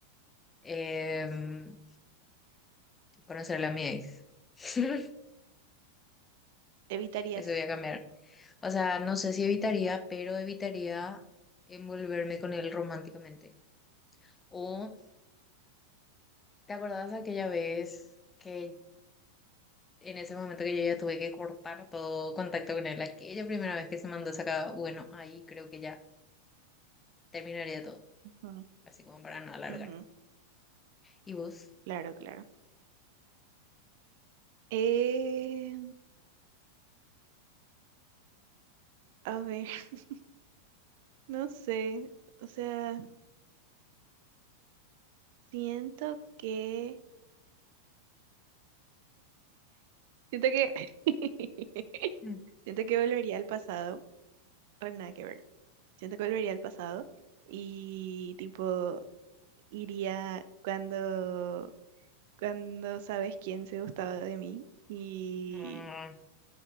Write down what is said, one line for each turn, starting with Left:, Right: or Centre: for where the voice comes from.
Left: Em, conocerla a mi ex. <laughs>
Right: ¿Evitarías?
Left: Eso voy a cambiar. O sea, no sé si evitaría, pero evitaría envolverme con él románticamente. O, ¿te acordás aquella vez que en ese momento que yo ya tuve que cortar todo contacto con él, aquella primera vez que se mandó sacaba, bueno, ahí creo que ya terminaría todo,
Right: Ujú,
Left: así como para no alargar.
Right: ujú,
Left: ¿Y vos?
Right: Claro, claro. Eh, a ver, <laughs> no sé. O sea, siento que... Siento que... <laughs>
Left: Mm.
Right: Siento que volvería al pasado, pero nada que ver. Siento que volvería al pasado y tipo iría cuando cuando sabes quién se gustaba de mí y
Left: Ah,